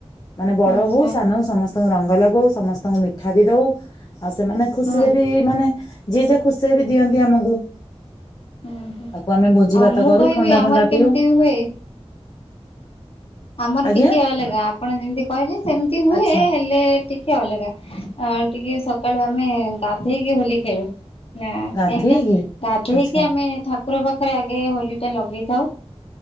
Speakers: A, on the left; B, on the left.
A: ମାନେ ବଡ
B: ଆଚ୍ଛା
A: ହୋଉ ସାନ ହଉ ସମସ୍ତଙ୍କୁ ରଙ୍ଗ ଲଗଉ ସମସ୍ତଙ୍କୁ ମିଠା ବି ଦୋଉ ଆଉ ସେମାନେ ଖୁସିରେ
B: ହଁ
A: ବି ମାନେ ଯିଏ ଯାହା ଖୁସିରେ ବି ଦିଅନ୍ତି ଆମକୁ
B: ହଁ ହଁ
A: ତାକୁ ଆମେ ଭୋଜି
B: ଆଉ
A: ଭାତ
B: ମୁଁ
A: କରୁ
B: କହିବି
A: ଥଣ୍ଡା
B: ଆମର
A: ଫଣ୍ଡା
B: କେମିତି
A: ପିଉ।
B: ହୁଏ ଆମର
A: ଆଜ୍ଞା
B: ଟିକେ ଅଲଗା ଆପଣ ଯେମିତି କହିଲେ ସେମିତି ହୁଏ
A: ଆଚ୍ଛା
B: ହେଲେ ଟିକେ ଅଲଗା। ଟିକେ ସକାଳୁ ଆମେ ଗାଧେଇକି ହୋଲି ଖେଳୁ। ନା କାହିଁକି
A: ଗାଧେଇକି
B: ନା ଗାଧେଇକି
A: ଆଚ୍ଛା
B: ଆମେ ଠା ଠାକୁର ପାଖରେ ଆଗେ ହୋଲି ଟା ଲଗେଇଥାଉ।